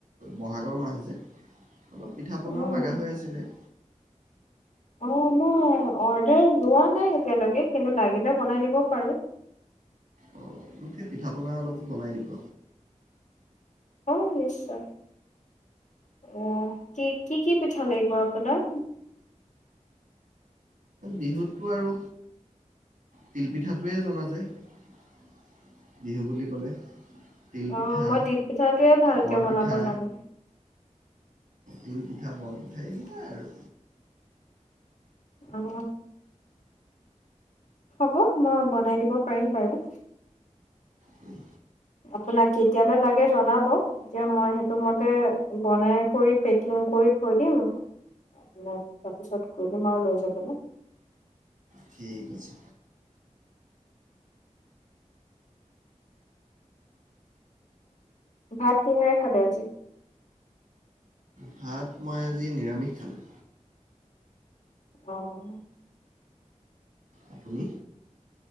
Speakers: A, on the right; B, on the left.
A: বহাগৰ মাছ যে অলপ পিঠা পনাও
B: উম
A: লগা হৈ আছিলে
B: অ মই অৰ্ডাৰ লোৱা নাই এতিয়ালৈকে কিন্তু লাগিলে বনাই দিব পাৰো
A: অঁ মোক সেই পিঠা পনা অলপো বনাই দিব
B: অ নিশ্চয় অহ কি কি কি পিঠা লাগিব আপোনাৰ
A: বিহুততো আৰু তিলপিঠাটোৱেই জনা যায় বিহু বুলি ক'লে তিলপিঠা
B: অ', মই তিল পিঠাটোৱে ভালকে
A: বৰপিঠা
B: বনাব জানোঁ।
A: তিলপিঠা বৰপিঠ সেইোৱাই আৰু
B: অ' হ'ব মই বনাই দিব পাৰিম বাৰু
A: উম!
B: আপোনাক কেতিয়ালৈ লাগে জনাব তেতিয়া মই সেইটো মতে বনাই কৰি পেকিং কৰি থৈ দিম আপোনাক তাৰপিছত কৈ দিম আৰু লৈ যাবলৈ
A: ঠিক আছে।
B: ভাত কিহৰে খালে আজি?
A: ভাত মই আজি নিৰামিষ খালোঁ।
B: অ'
A: আপুনি